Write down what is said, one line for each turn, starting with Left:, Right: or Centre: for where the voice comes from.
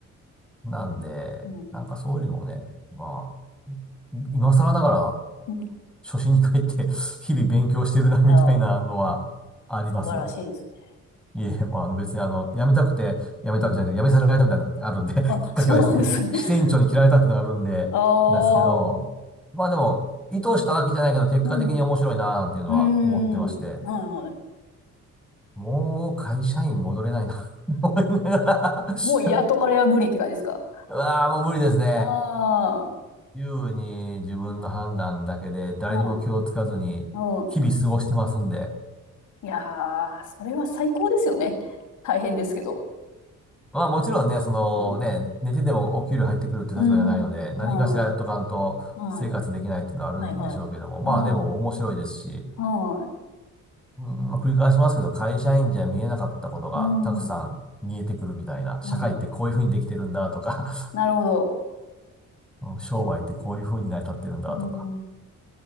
Centre: なんで、
Left: い。うん。
Centre: なんかそういうのをね、まあ、今更ながら
Left: うん。い
Centre: 初心に帰って日々勉強してるな、みたいなのはあります。
Left: やー、素晴らしいですね。
Centre: いえ、もうあの別にあの、辞めたくて辞めたわけじゃなくて、
Left: うん。
Centre: 辞めさせられたみたいなのがあるんで <laughs>
Left: あ、
Centre: きっかけはですね、
Left: そうなんですね。
Centre: <laughs> 支店長に嫌われたっていうのがあるんで、
Left: <laughs> ああ。
Centre: なんですけど、まあでも、意図したわけじゃないけど、結果的に面白いなーっていうのは思ってまして、
Left: うん。うん。はいはい。
Centre: もう会社員戻れないな <laughs> 思いながら <laughs>
Left: もう雇われは無理って感じですか
Centre: うわーもう無理ですね。
Left: ああ
Centre: 自由に自分の判断だけで、
Left: うん。
Centre: 誰にも気をつかずに、
Left: はい。うん。
Centre: 日々過ごしてますんで、
Left: いやー、それは最高ですよね。大変ですけど。
Centre: まあもちろんね、そのね、
Left: うん。
Centre: 寝ててもお給料入ってくるっていう立場じゃないので、
Left: うん。
Centre: 何かしらやっとかんと生活できないっていうのはあるんでしょうけども、
Left: はい。はい。はいはい。
Centre: まあでも面白いですし、
Left: うん。はい。
Centre: うん、まあ繰り返しますけど、会社員じゃ見えなかったことがたくさん見えてくるみたいな、
Left: うん。う
Centre: 社会ってこういうふうにできてるんだとか、
Left: ん。なるほど。
Centre: <laughs> うん商売ってこういうふうに成り立ってるんだとか、
Left: あーうん。